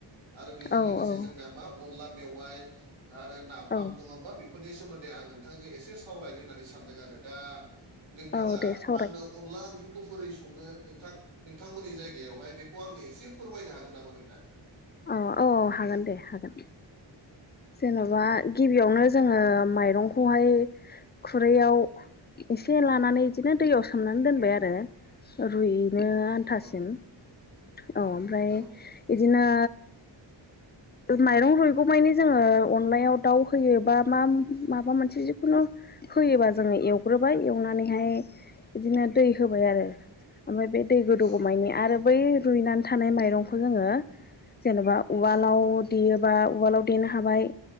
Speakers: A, on the right; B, on the left.
A: आरो बेजों
B: औ
A: लोगोसे जोंना मा अनला मेवाइ आरो नाफाम
B: औ
A: नङा होमबा बे फोरनि सोमोन्दै आं नोंथांजों एसे सावरायनो होननानै सानदों आरो दा नोंथाङा
B: औ दे सावराय
A: आंनो अनला ओंख्रिखौ बोरै सङो नोंथां नोंथांमोननि जायगायावहाय बे खौ आङो एसे फोरमायनो हागोन नामा नोंथां
B: औ औ औ हागोन दे हागोन जेन'बा
A: औ औ
B: गिबियावनो जोङो माइरंखौहाय खुरैयाव एसे लानानै बिदिनो दैयाव सोमनानै दोनबाय आरो रुइ यनो आन्थासिम
A: नंगौ नंगौ
B: औ ओमफ्राय
A: औ
B: इदिनो
A: <inaudible>
B: माइरं रुइगौ मानि जोङो अनलायाव दाउ होयो बा मा माबा मोनसे जिखुनु होयोबा जोङो एवग्रोबाय एवनानैहाय बिदिनो दै होबाय आरो ओमफ्राय बे दै गोदौगौमायनि
A: औ
B: आरो बै रुइनानै थानाय माइरंखौ जोङो जेनेबा उवालाव
A: औ औ
B: देयोबा उवालाव देनो हाबाय